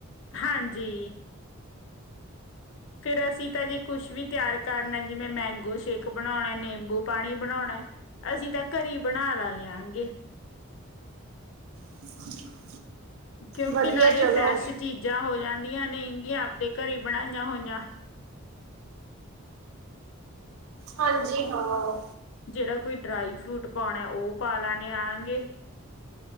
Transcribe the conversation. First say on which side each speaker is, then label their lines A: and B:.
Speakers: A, on the left; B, on the right.
A: ਹਾਂਜੀ। ਫਿਰ ਅਸੀਂ ਤਾਂ ਜੇ ਕੁਛ ਵੀ ਤਿਆਰ ਕਰਨਾ, ਜਿਵੇਂ ਮੈਂਗੋ ਸ਼ੇਕ ਬਣਾਉਣਾ ਨਿੰਬੂ ਪਾਣੀ ਬਣਾਉਣਾ ਅਸੀਂ ਤਾਂ ਘਰੇ ਈ ਬਣਾ ਲਾ ਲਿਆਂਗੇ।
B: <inaudible>
A: ਕਿਉਂਕਿ
B: ਵਧੀਆ
A: ਨਾਲੇ
B: ਚਲੋ
A: ਫਰੈਸ਼ ਚੀਜ਼ਾਂ ਹੋ ਜਾਂਦੀਆਂ ਨੇ ਗੀਆਂ ਆਪਦੇ ਘਰੇ ਬਣਾਈਆਂ ਹੋਈਆਂ।
B: ਹਾਂਜੀ ਹਾਂ।
A: ਜੇੜਾ ਕੋਈ ਡਰਾਈ ਫਰੂਟ ਪਾਉਣਾ ਓ ਪਾ ਲੈਨੇ ਆਂਗੇ।